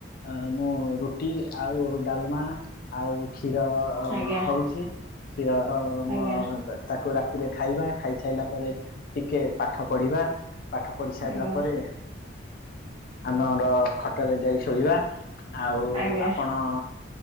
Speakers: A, on the left; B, on the right.
A: ଆଁ-ମୁଁ ରୁଟି ଆଉ ଡାଲମା ଆଉ କ୍ଷୀର
B: ଆଜ୍ଞା
A: ହଉଚି କ୍ଷୀର
B: ଆଜ୍ଞା
A: ମ-ତା-ତା କୁ ରାତିରେ ଖାଇବା ଖାଇସାଇଲା ପରେ ଟିକେ ପାଠ ପଢିବା। ପାଠ ପଢି ସାରିଲା
B: ଆଜ୍ଞା
A: ପରେ ଆମର ଖଟରେ ଯାଇ ଶୋଇବା। ଆଉ
B: ଆଜ୍ଞା।
A: ଆପଣ